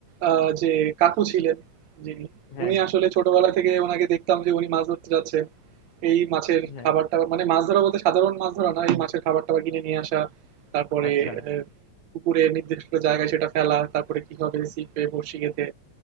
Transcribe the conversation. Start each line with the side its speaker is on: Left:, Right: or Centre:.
Right: আহ, যে কাকু ছিলেন যিনি
Left: হ্যাঁ
Right: উনি আসলে ছোটবেলা থেকে ওনাকে দেখতাম যে উনি মাছ ধরতে যাচ্ছে এই মাছের
Left: হ্যাঁ
Right: খাবার টাবার মানে মাছ ধরা বলতে সাধারণ মাছ ধরা না এই মাছের খাবার টাবার কিনে নিয়ে আসা তারপরে
Left: আচ্ছা
Right: আহ, পুকুরে নির্দিষ্ট জায়গায় সেটা ফেলা তারপরে কি হবে ছিপে বড়শি গেঁথে